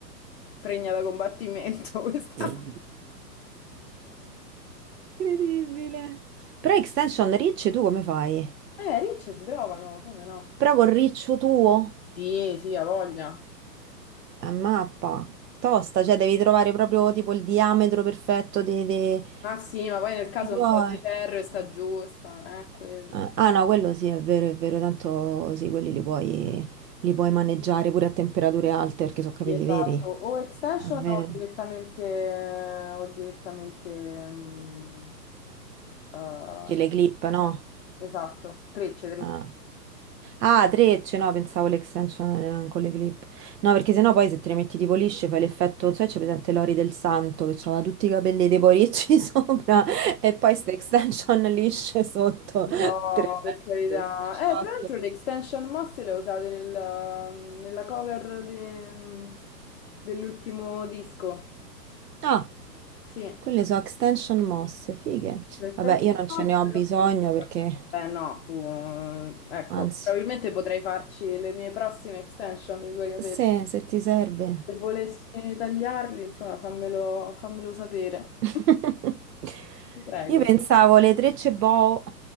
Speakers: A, on the left; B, on the right.
A: fregna da combattimento <laughs> questa.
B: Eh, Incredibile. Però extension ricci tu come fai?
A: Eh, ricce si trovano, come no?
B: Però col riccio tuo?
A: Sì, sì, ha voglia.
B: A mappa. Tosta, cioè devi trovare proprio tipo il diametro perfetto dei... dei-
A: Ma sì, ma poi nel caso
B: dei tuoi-
A: un po' di ferro e sta giusta, non è quello.
B: Ah ah, no, quello sì, è vero, è vero, tanto sì, quelli li puoi, li puoi maneggiare pure a temperature alte perché sono capelli
A: Sì, esatto,
B: veri.
A: o extension
B: È vero.
A: o direttamente, o direttamente mm, eh,
B: Che le clip, no?
A: cioè, esatto, trecce, trecce.
B: Ah. Ah, trecce, no, pensavo l'extension eh, con le clip. No, perché sennò poi se te le metti tipo lisce fai l'effetto, non so se c'è presente Lori del Santo che aveva tutti i capelli tipo ricci <laughs> sopra e poi queste extension lisce <laughs> sotto.
A: No,
B: Tremende,
A: per carità.
B: ste ciocche.
A: Eh, tra l'altro le extension mosse le ho usate nel- nella cover de- mm, dell'ultimo disco.
B: Ah,
A: Sì,
B: quelle sono extension mosse, fighe.
A: le extension
B: Vabbè, io non
A: mosse
B: ce ne ho
A: le
B: bisogno
A: ho prese.
B: perché,
A: Eh no, tu, eh, ecco,
B: anzi,
A: probabilmente potrei farci le mie prossime extension dei tuoi capelli.
B: se, se ti serve.
A: Se volessi tagliarli, insomma, fammelo, fammelo sapere.
B: <laughs>
A: Ti prego.
B: Io pensavo le trecce boho,